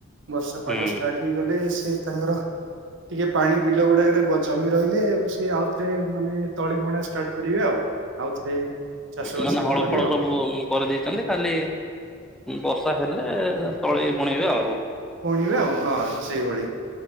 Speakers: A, on the right; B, in the centre.
A: ବର୍ଷା
B: ହଁ
A: ପାଗ ଷ୍ଟାର୍ଟ ହେଇ ହେଇଗଲେ ସେ ତାଙ୍କର ଟିକେ ପାଣି ବିଲ ଗୁଡାକରେ ଜମି ରହିଲେ ସିଏ ଆଉ ଥରେ ମାନେ ତଳି ବୁଣା ଷ୍ଟାର୍ଟ କରିବେ ଆଉ ଆଉଥରେ ଚାଷ ବାସ
B: ମାନେ ହଳ
A: କରି
B: ଫଳ
A: ଆଉ
B: ସବୁ କରି ଦେଇଛନ୍ତି ଖାଲି ବର୍ଷା ହେଲେ ତଳି ବୁଣିବେ ଆଉ
A: ବୁଣିବେ ଆଉ ହଁ ସେଇଭଳି।